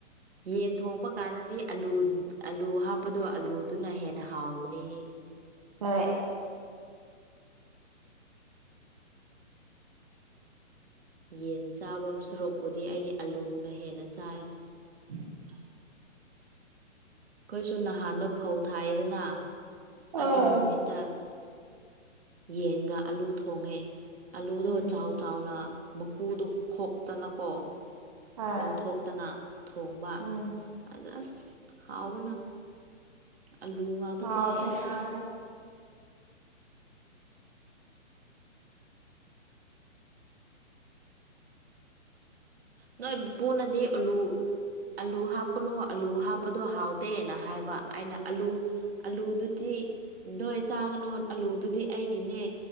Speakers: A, on the right; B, on the right.
A: ꯌꯦꯟ ꯊꯣꯡꯕ ꯀꯥꯟꯗꯗꯤ ꯑꯂꯨ ꯑꯂꯨ ꯍꯥꯞꯄꯗꯣ ꯑꯂꯨꯗꯨꯅ ꯍꯦꯟꯅ ꯍꯥꯎꯕꯅꯤꯍꯦ꯫
B: ꯍꯣꯏ꯫
A: ꯌꯦꯟ ꯆꯥꯕ ꯁꯔꯨꯛꯄꯨꯗꯤ ꯑꯩꯗꯤ ꯑꯂꯨꯅ ꯍꯦꯟꯅ ꯆꯥꯏ꯫
B: <inaudible>
A: ꯑꯩꯈꯣꯏꯁꯨ ꯅꯍꯥꯟꯗꯣ ꯐꯧ ꯊꯥꯏꯑꯦꯗꯅ
B: ꯑꯥ
A: ꯑꯗꯨ ꯅꯨꯃꯤꯠꯇ ꯌꯦꯟꯒ ꯑꯂꯨ ꯊꯣꯡꯉꯦ ꯑꯂꯨꯗꯣ
B: ꯎꯝ
A: ꯆꯥꯎ ꯆꯥꯎꯅ ꯃꯀꯨꯗꯨ ꯈꯣꯛꯇꯅꯀꯣ
B: ꯍꯣꯏ
A: ꯂꯧꯊꯣꯛꯇꯅ ꯊꯣꯡꯕ
B: ꯎꯝ
A: ꯑꯗ ꯑ꯭ꯁ ꯍꯥꯎꯕꯅ ꯑꯂꯨ ꯉꯥꯛꯇ
B: ꯍꯥꯎꯕꯅꯦ
A: ꯆꯥꯏ ꯑꯩꯗꯤ꯫
B: ꯍꯥꯎꯕꯅꯦ
A: ꯅꯣꯏ ꯄꯨꯄꯨꯨꯅꯗꯤ ꯑꯂꯨ ꯑꯂꯨ ꯍꯥꯞꯀꯅꯨ ꯑꯂꯨ ꯍꯥꯞꯄꯗꯣ ꯍꯥꯎꯇꯦꯅ ꯍꯥꯏꯕ ꯑꯩꯅ ꯑꯂꯨ ꯑꯂꯨꯗꯨꯗꯤ ꯅꯣꯏ ꯆꯥꯒꯅꯨ ꯑꯂꯨꯗꯨꯗꯤ ꯑꯩꯒꯤꯅꯦ